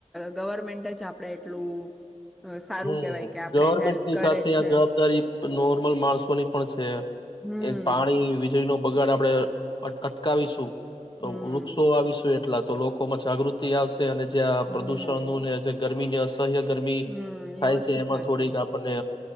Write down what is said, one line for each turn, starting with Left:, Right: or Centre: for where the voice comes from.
Centre: ગવર્મેન્ટ આપણે એટલું સારું
Left: હમ
Centre: કેહેવાય કે આપડે
Left: ગવર્મેન્ટની
Centre: હેલ્પ કરે
Left: સાથે
Centre: છે.
Left: આ જવાબદારી નોર્મલ માણસોની પણ છે.
Centre: હમ્મ
Left: એ પાણી વીજળી ન બગાડ આપણે અટકાવીશું. તો
Centre: હમ્મ
Left: વૃક્ષો વાવીશું એટલા તો લોકોમાં જાગૃતિ આવશે અને જ્યાં
Centre: હમ્મ
Left: પ્રદુષણ નુ ને જે વ્યસ્ત અયા ગરમી
Centre: હમ્મ એ
Left: થાય
Centre: ઓછી
Left: છે. એમાં
Centre: થાશે.
Left: થોડીક આપણને